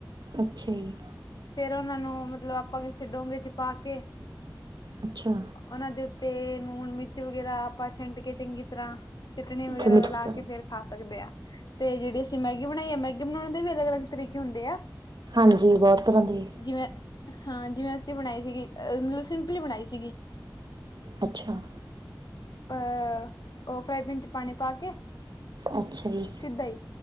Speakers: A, on the right; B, on the left.
A: ਅੱਛਾ ਜੀ।
B: ਫੇਰ ਉਹਨਾਂ ਨੂੰ ਮਤਲਬ ਆਪਾਂ ਕਿਸੇ ਡੋਂਗੇੇ ਚ ਪਾ ਕੇ
A: ਅੱਛਾ।
B: ਉਹਨਾਂ ਦੇ ਉੱਤੇ ਲੂਣ, ਮਿਰਚ ਵਗੈਰਾ ਆਪਾਂ ਛੰਡ ਕੇ ਚੰਗੀ ਤਰ੍ਹਾਂ ਚਟਨੀ ਵਗੈਰਾ
A: ਅੱਛਾ ਮਿਕਸ
B: ਰਲਾ
A: ਕਰ
B: ਕੇ ਫੇਰ ਖਾ ਸਕਦੇ ਆ। ਤੇ ਜਿਹੜੀ ਅਸੀਂ ਮੈਗੀ ਬਣਾਈ ਆ ਮੈਗੀ ਬਣਾਉਣ ਦੇ ਵੀ ਅਲਗ-ਅਲਗ ਤਰੀਕੇ ਹੁੰਦੇ ਆ।
A: ਹਾਂਜੀ, ਬਹੁਤ ਤਰ੍ਹਾਂ ਦੇ।
B: ਜਿਵੇਂ ਹਾਂ ਜਿਵੇਂ ਅਸੀਂ ਬਣਾਈ ਸੀਗੀ, ਅ ਮਤਲਬ ਸਿੰਪਲੀ ਬਣਾਈ ਸੀ ਗੀ।
A: ਅੱਛਾ।
B: ਪ, ਉਹ ਫਰਾਈ ਪੈਨ ਚ ਪਾਣੀ ਪਾ ਕੇ।
A: ਅੱਛਾ ਜੀ
B: ਸਿੱਧਾ ਹੀ,